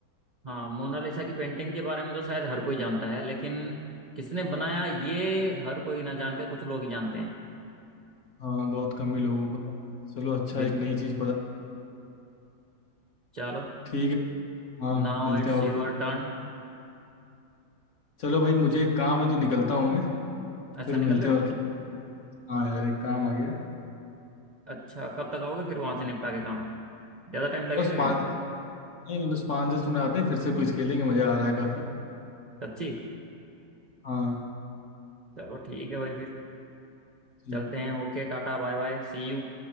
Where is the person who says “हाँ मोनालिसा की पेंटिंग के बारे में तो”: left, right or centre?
Right